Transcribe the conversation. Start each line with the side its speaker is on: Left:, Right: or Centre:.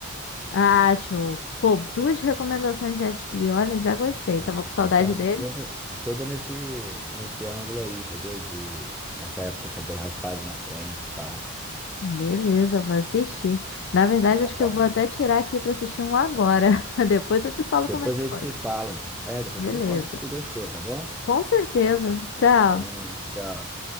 Left: Ah, show. Pô, duas recomendações de Jet Li. Olha, já gostei.
Centre: É,
Left: Tava com saudade
Centre: E são
Left: dele.
Centre: toda, toda nesse, nesse ângulo aí, entendeu? De, nessa época de cabelo raspado na frente, pá.
Left: Beleza, vou assistir. Na verdade,
Centre: Tá
Left: acho
Centre: bom.
Left: que eu vou até tirar aqui pra assistir um agora. <laughs> Depois eu te falo
Centre: Depois
Left: como é que
Centre: a gente
Left: foi.
Centre: se fala. É, depois
Left: Beleza.
Centre: tu me conta se tu gostou, tá bom?
Left: Com certeza. Tchau.
Centre: É, tchau.